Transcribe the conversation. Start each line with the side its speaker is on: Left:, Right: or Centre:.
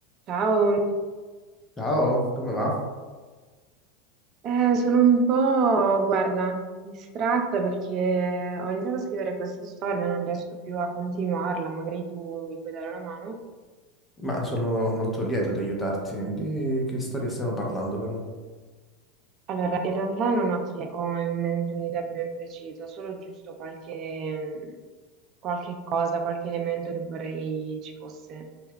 Right: Ciao,
Left: Ciao, come va?
Right: Eh, sono un po', guarda, distratta perché ho iniziato a scrivere questa storia, e non riesco più a continuarla, magari tu mi puoi dare una mano.
Left: Ma sono molto lieto di aiutarti. Di che storia stiamo parlando, però?
Right: Allora, in realtà non ho che ho in mente un'idea ben precisa, solo giusto qualche, qualche cosa, qualche elemento che vorrei ci fosse.